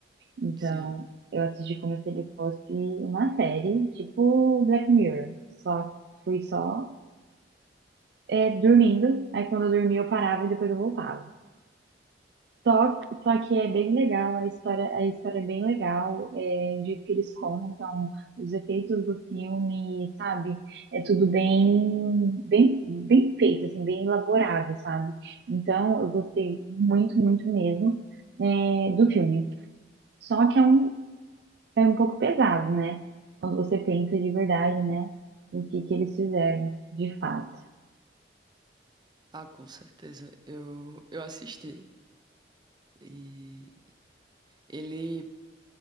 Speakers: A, on the right; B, on the right.
A: Então,
B: sim.
A: eu assisti como se ele fosse uma série, tipo Black Mirror. Só fui só é, dormindo. Aí quando eu dormia eu parava e depois eu voltava. Só, só que é bem legal, a história, a história é bem legal, é, de que eles contam os efeitos do filme, sabe? É tudo bem, bem, bem feito, assim, bem elaborado, sabe? Então, eu gostei muito, muito mesmo, é, do filme. Só que é um, é um pouco pesado, né? Quando você pensa de verdade, né? O que que eles fizeram, de fato.
B: Ah, com certeza. Eu, eu assisti. E ele